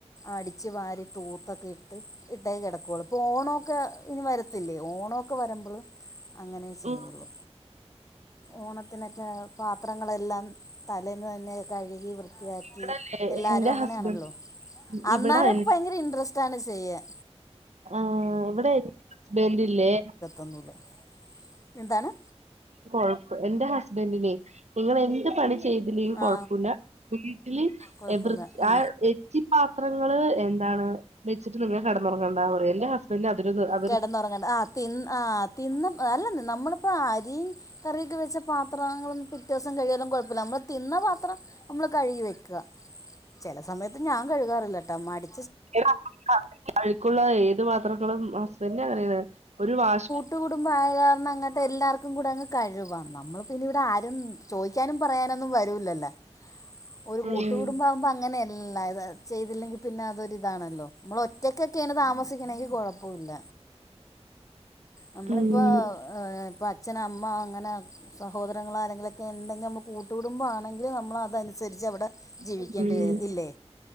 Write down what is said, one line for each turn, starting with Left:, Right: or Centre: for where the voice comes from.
Left: അടിച്ച് വാരി തൂത്തൊക്കെ ഇട്ട് ഇട്ടേ കെടകൊള്ളു ഇപ്പോ ഓണൊക്കെ <unintelligible> ത്തില്ലേ ഓണൊക്കെ വരുമ്പള് അങ്ങനെ ചെയ്യുള്ളൂ.
Right: ഉം
Left: ഓണത്തിനൊക്കെ പാത്രങ്ങളെല്ലാ തലേന്ന് തന്നെ കഴുകി വൃത്തിയാക്കി
Right: ഇവിടല്ലേ
Left: എല്ലാരും
Right: എന്റെ
Left: അങ്ങനെയാണല്ലോ.
Right: ഹസ്ബൻഡ്
Left: അന്നാരൊക്കെ
Right: ഇവിടെ എ
Left: ഭയങ്കര ഇൻട്രസ്റ്റ് ആണ് ചെയ്യാൻ
Right: ആഹ് ഇവിടെ ഹസ്ബൻഡ് ഇല്ലേ
Left: ഒന്നൂലഎന്താണ്.
Right: കൊഴപ്പ എന്റെ ഹസ്ബൻഡിനെ നിങ്ങൾ എന്തുപണി ചെയ്തി ചെയ്തില്ലേലും കൊഴപ്പൊല്ല
Left: ആ
Right: വീട്ടില്
Left: കുഴപ്പമില്ല
Right: വൃത്ത
Left: ആ
Right: എച്ചി പാത്രങ്ങള് എന്താണ് വെച്ചിട്ട് ഇങ്ങൾ കെടന്നുറങ്ങേണ്ട പറ <unintelligible> പിന്നെ <unintelligible>
Left: കെടന്നുറങ്ങ <unintelligible> തിന്ന് ആ തിന്ന് അല്ല നമ്മളിപ്പോ അരിം കറിയൊക്കെ വെച്ച പാത്രങ്ങളു. പിറ്റേസം കഴികിയാലും കുഴപ്പല്ല നമ്മള് തിന്ന പാത്രം നമ്മള് കഴുകി വെക്ക ചെല സമയത്ത് ഞാൻ കഴുകാറില്ല ട്ടമടി
Right: <unintelligible> ഹസ്ബൻഡ് അങ്ങനെണ് <unintelligible>
Left: കൂട്ടു കുടുംബം ആയ കാരണം അങ്ങനത്തെ എല്ലാർക്കും കൂടെ അങ്ങ് കഴുകാം നമ്മൾ പിന്നെ ഇവിടെ ആരും. ചോയ്ക്കാനും പറയാനൊന്നും വരൂല്ലല്ലോ. ഒരു
Right: ഉം
Left: കൂട്ടുകൂടുംമ്പ ആകുമ്പോ അങ്ങനെയല്ലത് ചെയ്തില്ലെങ്കിൽ പിന്നെ അതൊരിതാണല്ലോ നമ്മൾ ഒറ്റക്കൊക്കെണ് താമസിക്കണെങ്കിൽ കുഴപ്പം പ്പോല്ല നമ്മളിപ്പോ
Right: ഉം
Left: ആ ഇപ്പൊ അച്ഛന അമ്മ അങ്ങന സഹോദരങ്ങള ആരെങ്കിലുക്കെ ഇണ്ടെങ്കിൽ - കൂട്ടുകുടുംബം ആണെങ്കിൽ നമ്മള് അതനുസരിച്ച് അവിടെ ജീവിക്കേണ്ടി
Right: ഉം ഉം
Left: വരും ഇല്ലേ